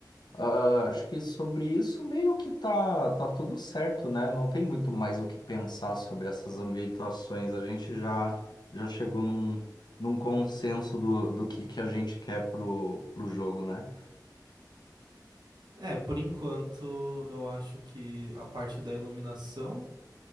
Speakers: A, on the left; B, on the right.
A: Ah, acho que sobre isso meio que tá, tá tudo certo, né? Não tem muito mais o que pensar sobre essas ambientações. A gente já, já chegou num, num consenso do, do que, que a gente quer pro, pro jogo, né?
B: É, por enquanto, eu acho que a parte da iluminação